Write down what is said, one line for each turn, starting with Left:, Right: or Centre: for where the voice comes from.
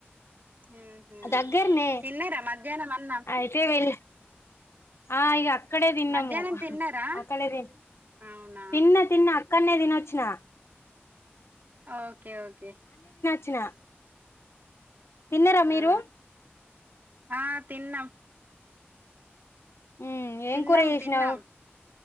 Right: ఉమ్ హు
Left: దగ్గరనే
Right: తిన్నరా మధ్యాహ్నం అన్నం
Left: అయితే వెళ్ళి ఆ ఇగ అక్కడే తిన్నము
Right: మధ్యాహ్నం తిన్నారా
Left: అక్కడే ది
Right: అవునా
Left: తిన్న తిన్న అక్ క్కన్న తినొచ్చినా
Right: ఆ ఓకే ఓకే
Left: చ్చిన తిన్నారా మీరు
Right: ఆ ఆ తిన్నాం
Left: ఉమ్
Right: తిన్నం
Left: ఏం కూర చేసినావు
Right: తిన్నం